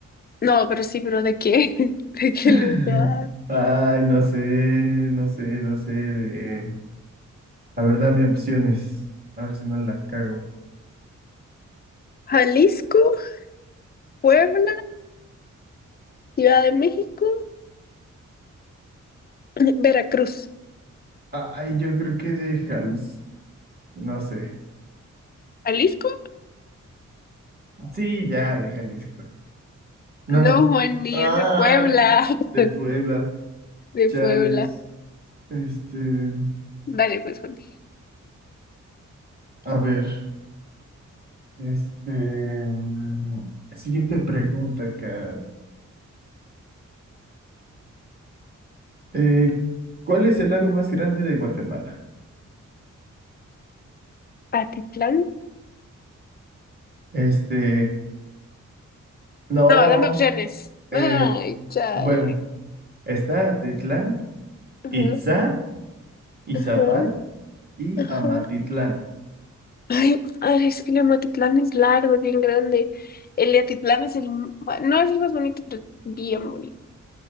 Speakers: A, on the left (about 30°); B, on the right (about 30°).
A: No, pero sí, pero ¿de qué? <laughs> ¿De qué
B: <laughs>
A: lugar?
B: Ay, no sé, no sé, no sé de... A ver, dame opciones. A ver si no la cago.
A: Jalisco, Puebla, Ciudad de México, <clears throat> Veracruz.
B: Ay, yo creo que de Jalisco. No sé.
A: ¿Jalisco?
B: Sí, ya, de Jalisco. No.
A: No, Juan, ni
B: Ay,
A: es de Puebla.
B: de
A: <laughs>
B: Puebla.
A: De
B: Chales.
A: Puebla.
B: Este,
A: Dale, pues, Juan.
B: a ver, este, mm, siguiente pregunta acá. Eh, ¿cuál es el lago más grande de Guatemala?
A: Patitlán.
B: Este, no,
A: No, dame opciones.
B: eh,
A: Ay, chale.
B: bueno, está Atitlán,
A: Ajá,
B: Itzá, Izabal
A: ajá,
B: y
A: ajá.
B: Amatitlán,
A: Ay, ay, es que el Amatitlán es largo, es bien grande. El de Atitlán es el... m- bueno, No es el más bonito, pero es bien bonito.